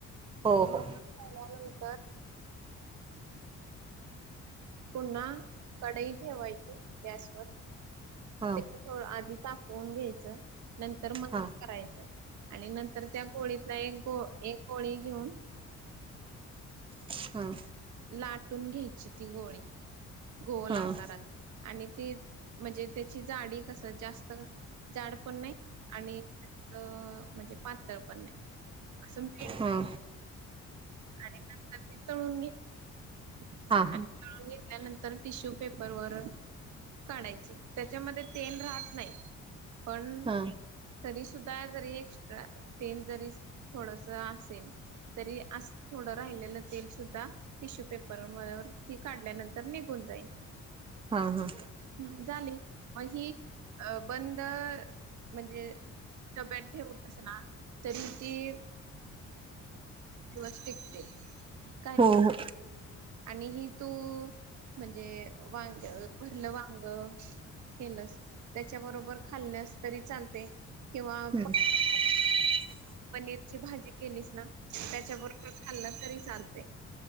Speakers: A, on the right; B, on the right.
A: हो
B: आणि मुरून
A: हो
B: झाल्यानंतर पुन्हा कडई ठेवायची गॅसवर
A: हां
B: ते हो आधी तापवून घ्यायचं, नंतर मंद
A: हां
B: करायचं. आणि नंतर त्या गोळीतला एक गो एक गोळी घेऊन
A: हा.
B: लाटून घ्यायची ती गोळी गोल
A: हां
B: आकारात आणि ती म्हणजे त्याची जाडी कसं, जास्त जाड पण नाही आणि असं म्हजे पाताळ पण नाही असं म
A: हां
B: आणि नंतर ती तळून घेतली,
A: हां
B: आणि तळून घेत काढल्यानंतर टिश्यू पेपर वर काढायचे, त्याच्यामध्ये तेल राहत नाही. पण
A: हां
B: तरी सुद्धा जरी एक्स्ट्रा तेल जरी थोडस असेल तरी अस थोडं राहिलेलं तेल सुद्धा टिश्यू पेपर वर ती काढल्यानंतर निघून जाईल.
A: हा हा,,
B: ह झाली, मग ही बंद म्हणजे डब्यात ठेवून अस ना, तरी ती- ठीक ठीक
A: हो हो
B: आणि हि तू, म्हणजे वांग भरलं वांग केलस त्याच्याबरोबर खाल्ल्यास तरी चालते. किंवा
A: <inaudible>
B: पनीर पनीरची भाजी केलीस ना, त्याच्या बरोबर खाल्लं तरी चालते.